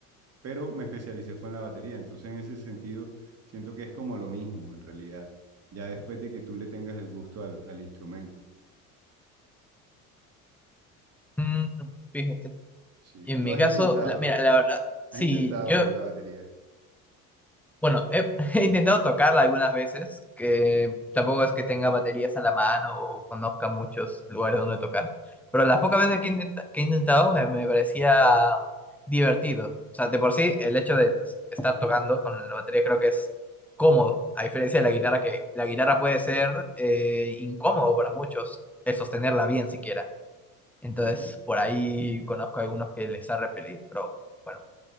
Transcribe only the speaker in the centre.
Mm, fíjate.
en
mi
caso,
la- mira, la verdad, sí,
yo
Bueno, he, <laughs> he intentado tocarla algunas veces, que tampoco es que tenga baterías a la mano o conozca muchos lugares donde tocar, pero las pocas veces que, intenta- que he intentado eh, me parecía divertido. O sea, de por sí, el hecho de pues, estar tocando con la batería creo que es cómodo, a diferencia de la guitarra, que la guitarra puede ser eh, incómodo para muchos, el sostenerla bien siquiera. Entonces,
por ahí conozco a algunos que les ha repelido, pero bueno